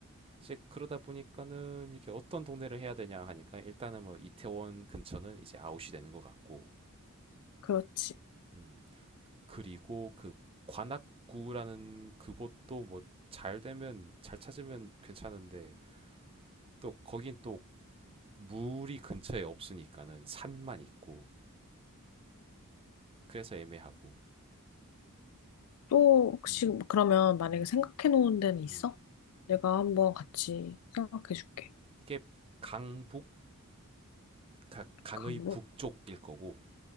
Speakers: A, on the right; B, on the left.
A: 이제 그러다 보니까는 이게 어떤 동네를 해야 되냐 하니까 일단은 뭐 이태원 근처는 이제 아웃이 되는 것 같고
B: 그렇지.
A: 음. 그리고 그 관악구라는 그곳도 뭐 잘 되면 잘 찾으면 괜찮은데 또 거긴 또 물이 근처에 없으니까는 산만 있고 그래서 애매하고
B: 또 혹시
A: 음.
B: 그러면 만약에
A: 음.
B: 생각해 놓은 데는 있어?
A: 음.
B: 내가 한번 같이
A: 음.
B: 생각해 줄게.
A: 이게 강북 가- 강의
B: 강북.
A: 북쪽일 거고